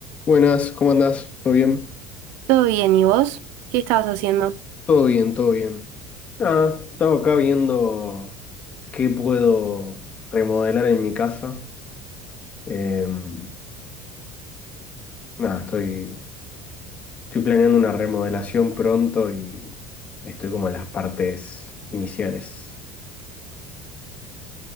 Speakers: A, on the left; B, on the right.
A: Buenas, ¿cómo andás? ¿Todo bien?
B: Todo bien, ¿y vos? ¿Qué estabas haciendo?
A: Todo bien, todo bien. Nada, estaba acá viendo qué puedo remodelar en mi casa. Em, nada, estoy, estoy planeando una remodelación pronto y estoy como en las partes iniciales.